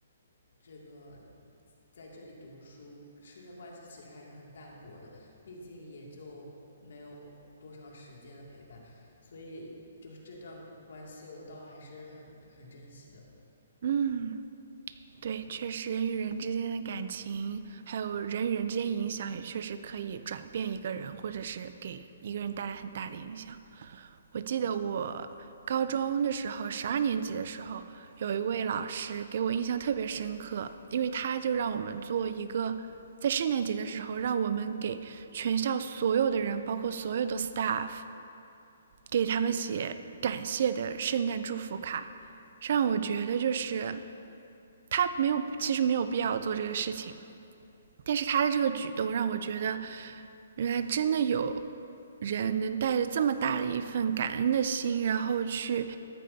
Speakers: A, on the left (about 70°); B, on the right (about 50°).
A: 这个在这里读书，师生关系其实还是很淡薄的，毕竟也就没有多长时间的陪伴，所以就是这段关系我倒还是很很珍惜的。
B: 嗯，对，确实人与人之间的感情，还有人与人之间影响，也确实可以转变一个人，或者是给一个人带来很大的影响。我记得我高中的时候，十二年级的时候，有一位老师给我印象特别深刻，因为他就让我们做一个，在圣诞节的时候，让我们给全校所有的人，包括所有的 staff，给他们写感谢的圣诞祝福卡，让我觉得就是他没有，其实没有必要做这个事情，但是他的这个举动让我觉得，原来真的有人能带着这么大的一份感恩的心，然后去